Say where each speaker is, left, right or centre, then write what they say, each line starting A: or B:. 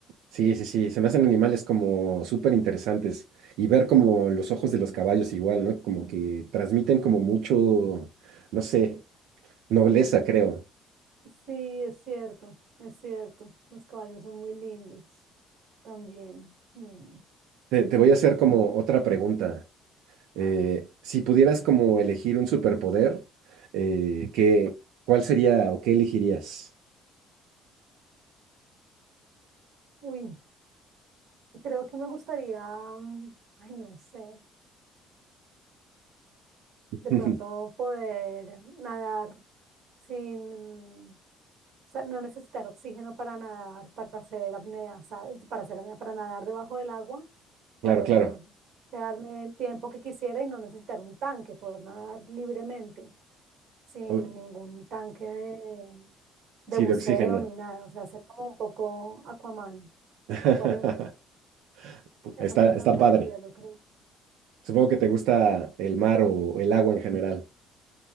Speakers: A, on the right; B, on the right.
A: sí, sí, sí, se me hacen animales como súper interesantes. Y ver como los ojos de los caballos igual, ¿no? Como que transmiten como mucho, no sé, nobleza, creo.
B: Sí, es cierto, es cierto. Los caballos son muy lindos también. Mm,
A: Te, te voy a hacer como otra pregunta. Eh,
B: a ver.
A: si pudieras como elegir un superpoder, eh, ¿qué- cuál sería o qué elegirías?
B: Uy, creo que me gustaría, mm, ay, no sé,
A: <laughs>
B: de pronto poder nadar sin, sea, no necesitar oxígeno para nadar, para hacer apnea, ¿sabes? Para hacer apnea, para nadar debajo del agua, poder
A: Claro, claro.
B: quedarme el tiempo que quisiera y no necesitar un tanque, poder nadar libremente, sin
A: O-
B: ningún tanque de, de
A: sí,
B: buceo
A: de oxígeno.
B: ni nada. O sea, ser como un poco Aquaman,
A: <laughs>
B: Aquawoman. Eso
A: Está,
B: me encantaría,
A: está padre.
B: yo creo.
A: Supongo que te gusta el mar o el agua en general.